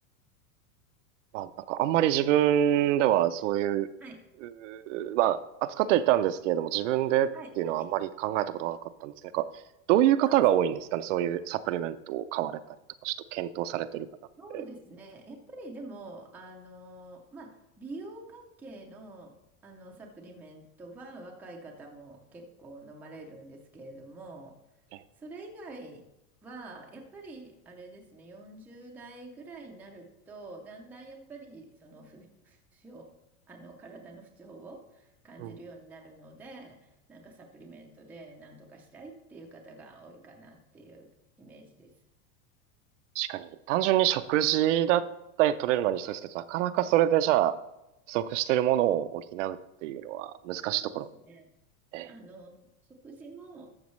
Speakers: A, on the right (about 60°); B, in the centre.
A: まあ、なんかあんまり自分ではそういう、
B: はい、
A: うーまあ、扱ってはいたんですけれども、自分でっていうのはあんまり考えたことがなかったんですけど、
B: はい、はい。
A: なんか、どういう方が多いんですかね、
B: あ、そうです
A: そういうサプリメントを買われたりとか、ちょっと検討されてる方って。
B: そうですね。やっぱりでも、あの、まあ、美容関係の、あの、サプリメントは若い方も結構飲まれるんですけれども、
A: ええ
B: それ以外は、やっぱりあれですね、40代ぐらいになると、だんだんやっぱり、その不、不調、あの、体の不調を感じるようになるので、
A: うん。
B: なんかサプリメントでなんとかしたいっていう方が多いかなっていうイメージです。
A: 確かに、単純に食事だったり取れるのにそうですけど、なかなかそれでじゃあ、不足してるものを補うっていうのは難しいところも。
B: そうですね。
A: え
B: あの、食事も、